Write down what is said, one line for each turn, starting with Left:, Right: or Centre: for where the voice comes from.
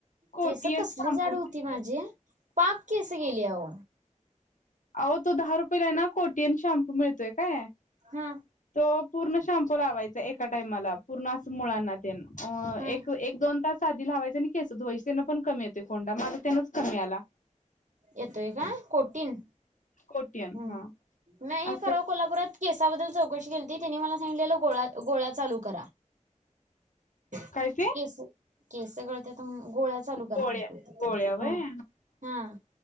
Left: कोटियन
Right: केस कसली
Left: शाम्पू
Right: जाड
Left: म्हणतात
Right: होती, माझी पाक केस गेली आओ
Left: अवो तो दहा रुपयला ना कोटीयन शॅम्पू मिळतोय काय?
Right: हा.
Left: तो पूर्ण शॅम्पू लावायचा एका टाइमाला पूर्ण असं मुळांना अ
Right: हा
Left: एक, दोन तास साधी लावायची आणि केस धुवायची, तेण पण कमी येतोय कोंडा माझा त्यानच कमी आला
Right: येतोय काय कोटीन?
Left: कोटियन
Right: हम्म
Left: हा
Right: नाही
Left: आस
Right: परवा कोल्हापुरात केसाबद्दल चौकशी केलती, तेनी मला सांगितलेलं गोळ्या चालू करा. केसं
Left: काय ते
Right: केसं गळत्यात गोळ्या चालू करा
Left: गोळ्या
Right: हा
Left: गोळ्या व्हय
Right: हा.